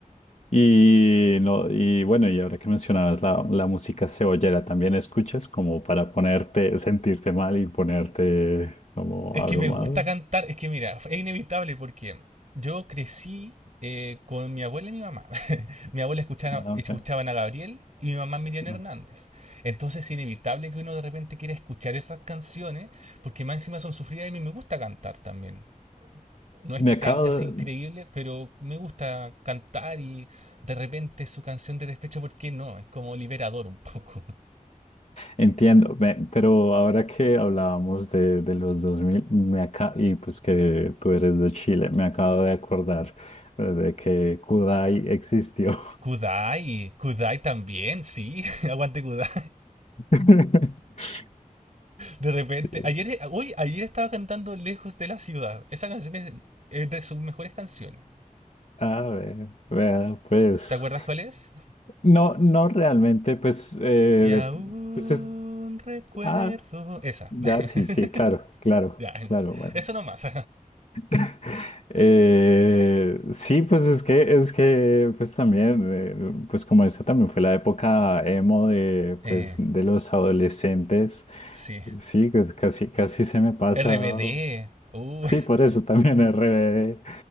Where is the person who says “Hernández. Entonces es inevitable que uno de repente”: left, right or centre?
Right